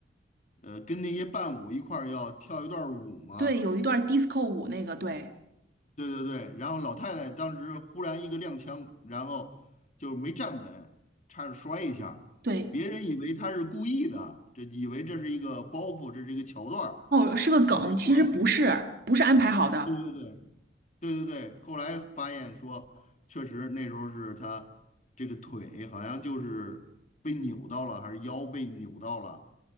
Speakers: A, on the left; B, on the right.
A: 呃，跟那些伴舞一块儿要跳一段儿舞嘛。
B: 对，有一段 disco 舞那个，对
A: 对对对，然后老太太当时忽然一个踉跄，然后就没站稳，差点摔一下别人以为她是故意的，
B: 对，
A: 这以为这是一个包袱，这是一个桥段儿
B: 哦，是个梗，
A: 其实后来，
B: 其实不是，不是安排好的。
A: 对对对对对对，后来发现说，确实那时候是她这个腿好像就是被扭到了，还是腰被扭到了。